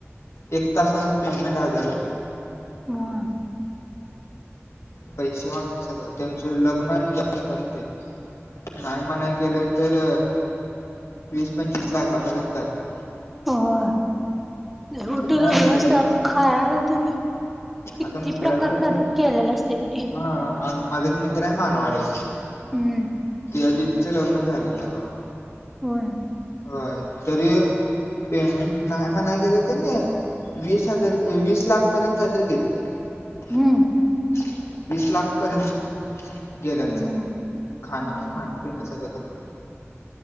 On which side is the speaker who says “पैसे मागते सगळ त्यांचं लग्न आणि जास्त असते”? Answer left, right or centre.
Left